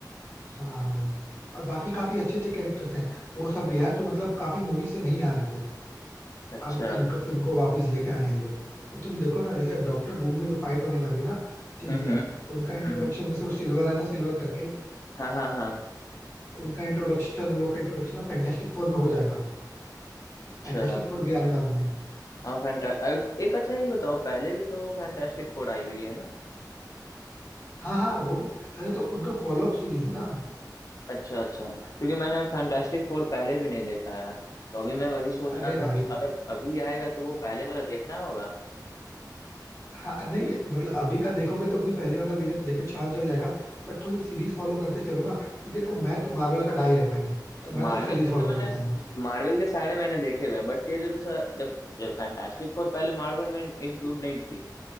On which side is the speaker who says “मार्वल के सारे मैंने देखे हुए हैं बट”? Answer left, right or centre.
Left